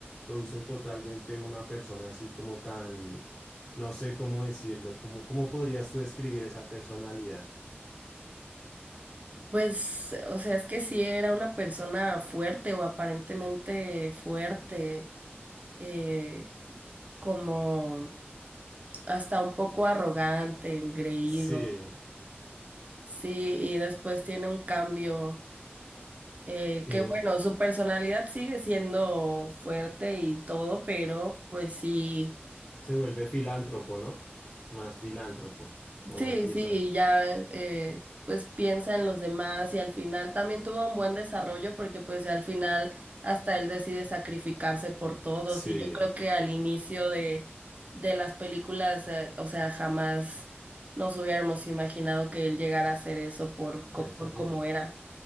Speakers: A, on the left; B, on the right.
A: Lo hizo totalmente una persona así como tan, no sé cómo decirlo, cómo, cómo podrías tú describir esa personalidad.
B: Pues, o sea, es que sí era una persona fuerte o aparentemente fuerte. eh, como hasta un poco arrogante, engreído.
A: Sí,
B: Sí, y después tiene un cambio, eh,
A: tiene,
B: que bueno, su personalidad sigue siendo fuerte y todo, pero pues sí.
A: se vuelve filántropo, ¿no? Más filántropo, o
B: Sí,
A: empieza.
B: sí, ya eh, pues piensa en los demás y al final también tuvo un buen desarrollo porque pues al final hasta él decide sacrificarse por todos
A: Sí,
B: y yo creo que al inicio de, de las películas, eh, o sea, jamás nos hubiéramos imaginado que él llegara a hacer eso por, co-
A: eso
B: por
A: sí
B: cómo
A: es.
B: era.